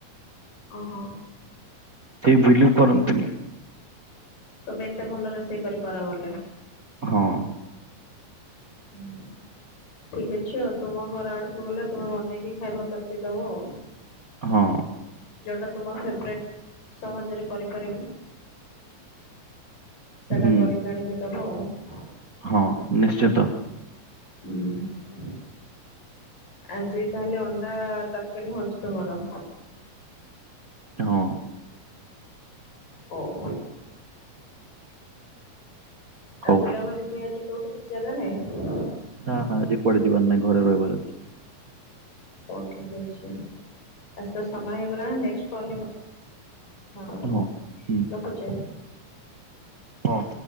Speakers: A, on the left; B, on the right.
A: ଅ ହଁ।
B: କେହି ବିଲିଭ କରନ୍ତିନି।
A: ତମେ ଏତେ ଭଲ ରୋଷେଇ କରିପାର ବୋଲି।
B: ହଁ।
A: ହୁଁ। ଠିକ୍ ଅଛି ଆଉ ତୁମ ଘର ଆଡକୁ ଗଲେ ତୁମେ ବନେଇକି ଖାଇବା କରିକି ଦବ ଆଉ।
B: ହଁ।
A: ଯୋଉଟା ତୁମ ଫେବରେଟ ସହଜରେ କରିପାରିବ। ସେଟା
B: ହୁଁ
A: କରିକି ଆଣିକି ଦବ ଆଉ।
B: ହଁ ନିଶ୍ଚିତ।
A: ହୁଁ ଆଜି ତାହେଲେ ଅଣ୍ଡା ତରକାରୀ ହଉଛି ତୁମର।
B: ହଁ।
A: ହଉ।
B: ହଉ
A: ଆଉ ବୁଲାବୁଲି ପାଇଁ ଆଜି କୋଉଠି କିଛି ଜାଗା ନାହିଁ?
B: ନା ନା ଆଜି କୁଆଡେ ଯିବାର ନାଇ ଘରେ ରହିବାର ଅଛି।
A: ହଉ ଠିକ ଅଛି। ଆଜି ତ ସମୟ ହେଇଗଲାଣି ନେକ୍ସଟ୍ କଲରେ କଥ୍ ଥା ହବା।
B: ହଁ ହୁଁ।
A: ରଖୁଛି।
B: ହଁ।